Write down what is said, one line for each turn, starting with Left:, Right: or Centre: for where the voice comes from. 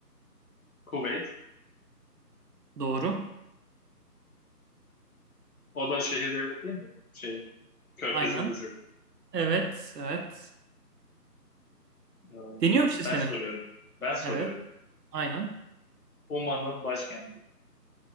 Left: Kuveyt.
Right: Doğru.
Left: O da şehir devlet değil mi? Şey, Körfez'in
Right: Aynen.
Left: ucu.
Right: Evet, evet.
Left: Ee,
Right: Deniyor işte
Left: Ben
Right: seni.
Left: soruyorum. Ben soruyorum.
Right: Evet, aynen.
Left: Oman'ın başkenti.